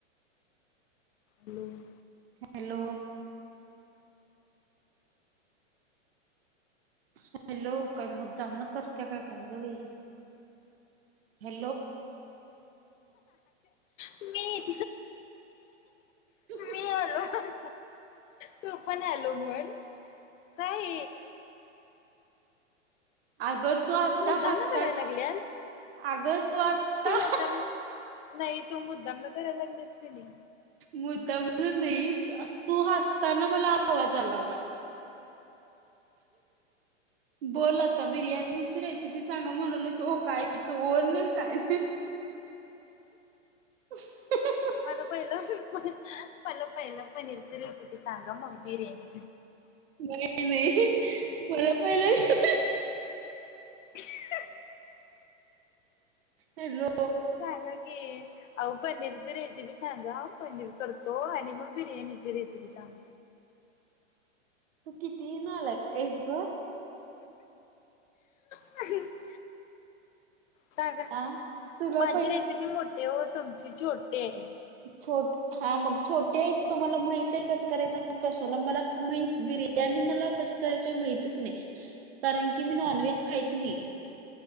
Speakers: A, on the left (about 75°); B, on the right (about 50°).
A: हम्म.
B: हॅलो, हॅलो काय मुद्दाम न करत्या काय गं बाई हॅलो,
A: मी
B: <unintelligible>
A: मी आलो, तू पण आलो मण काय
B: अगं तू आता
A: मुद्दामनं
B: हसता
A: करायला लागल्यास?
B: अगं तू आत्ता
A: मुद्दामनं नाही तू मुद्दामनं करायला लागलीस की नाही.
B: मुद्दाम म्हणून नाही तू हसताना मला आवाज आला वाट बोल आता बिर्याणीची रेसिपी सांगा म्हणाली त का याचो ओ नाही काय नाही. <unintelligible>
A: मला पहिलं मला पहिलं पनीरची रेसिपी सांगा मग बिर्याणी
B: नाही नाही मला पहिलं
A: <unintelligible>
B: हॅलो,
A: सांगा की. अहो पनीरची रेसिपी सांगा पनीर करतो आणि मग बिर्याणीची रेसिपी सांग.
B: तू किती नालायक तेस गं.
A: <unintelligible> सांगा
B: आ तुला
A: माझी
B: पहिले
A: रेसिपी मोठी हो तुमची छोटी आहे.
B: छोट हा मग छोटे आहे तुम्हाला माहित आहे कसं करायचं कशाला मला माह दिर त्यांनी मला कसे करायचे माहितच नाही कारण की मी नॉनव्हेज खायत नाही.